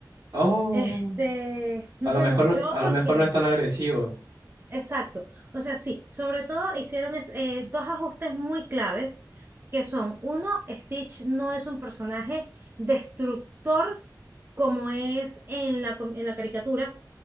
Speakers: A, on the right (about 65°); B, on the right (about 30°).
A: oh.
B: Este, bueno,
A: A lo mejor, no-
B: yo
A: a
B: porque
A: lo mejor no es tan agresivo.
B: Exacto. O sea, sí, sobre todo hicieron es- eh, dos ajustes muy claves, que son, uno, Stitch no es un personaje destructor como es en la, com- en la caricatura,